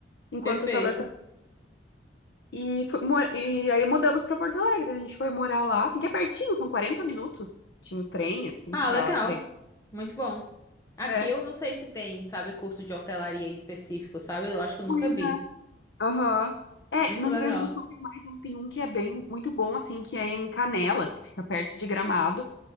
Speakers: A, on the left (about 80°); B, on the left (about 20°).
A: enquanto
B: Perfeito.
A: eu estava E, fui mo- e aí mudamos pra Porto Alegre. A gente foi morar lá, assim, que é pertinho, são 40 minutos. Tinha o trem, assim,
B: Ah,
A: pra,
B: legal.
A: pra ir.
B: Muito bom. Aqui
A: É.
B: eu não sei se tem, sabe, curso de hotelaria específico, sabe? Eu acho que eu
A: Pois
B: nunca vi.
A: é. Aham. É,
B: Muito
A: no Rio
B: legal.
A: Grande do Sul tem mais um, tem um que é bem, muito bom, assim, que é em Canela, que fica perto de Gramado.